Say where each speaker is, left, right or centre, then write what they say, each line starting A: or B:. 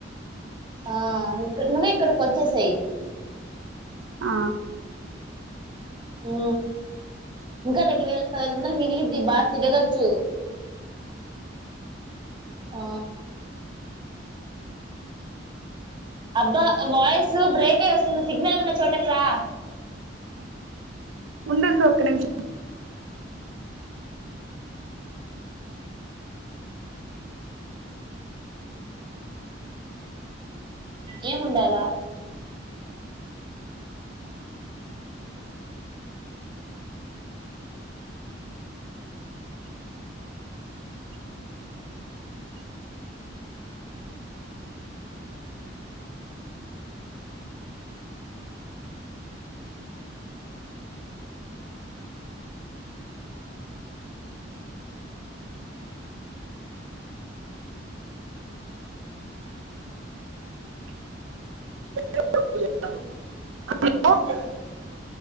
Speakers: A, on the right; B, on the right.
A: ఆ ఇక్కడ నువ్వే ఇక్కడికి వచ్చేసేయి
B: ఆ
A: ఊ ఇంకా రెండు వేలు పదైదు వందలు మిగిలి ది బా తిరగచ్చు అ అబ్బా వాయిసు బ్రేక అయి వస్తుంది సిగ్నల్ ఉన్న చోటకు రా
B: ఉండుండు ఒక్క నిమిష
A: ఏముండాలా
B: హలో